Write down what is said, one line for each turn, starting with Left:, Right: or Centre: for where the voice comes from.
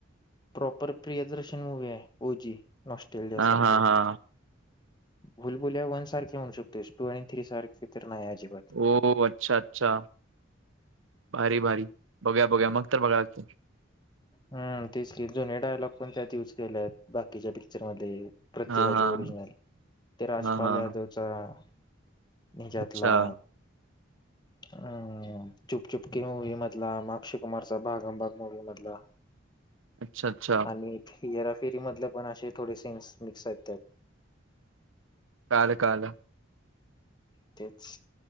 Left: प्रॉपर प्रियदर्शन मूवी् हाय ओजी ऑस्ट्रेलिया
Right: हा
Left: सारखी
Right: हा
Left: होती.
Right: हा
Left: भुलबुल्या वन सारखे म्हणू शकतोस. टू आणि थ्री सारखे तर नाही. अजिबात
Right: ओ अच्छा, अच्छा. भारी, भारी बघया बघया मग तर बघायलाचं पाहिजे.
Left: हम्म तेच के जुने डायलॉग पण त्यात युज केले आहेत. बा - कीच्या पिक्चर मध्ये प्रत्येकाचे
Right: हां, हां.
Left: ओरिजिनल ते राजपाल
Right: हां, हां.
Left: यादवचा -- निच्याातला
Right: अच्छा,
Left: -- अं आं आं चुपचुपकी मूवी मधला म अक्षय कुमार भागमबाग मूवी् मधला
Right: अच्छा अच्छा.
Left: आणि हेराफेरी मधले पण असे थोडे सीन्स मिक्स आहेत्या त.
Right: कळालं कळालं.
Left: तेच.